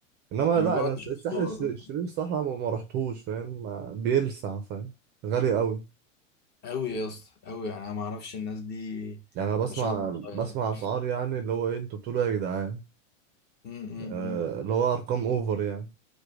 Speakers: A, on the right; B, on the left.
A: انما
B: انا
A: لا
B: بقعد
A: انا الس-
B: اشوف
A: الساحل
B: صور
A: الش- الشرير الصراحة ما ما رحتهوش فاهم ما- بيلسع فاهم غالي أوي
B: قوي يا اسطى قوي يعني انا ما اعرفش الناس دي
A: يعني انا بسمع
B: ما شاء الله يعني.
A: بسمع اسعار يعني اللي هو ايه انتوا بتقولوا إيه يا جدعان
B: امم
A: آه، اللي هو ارقام اوفر يعني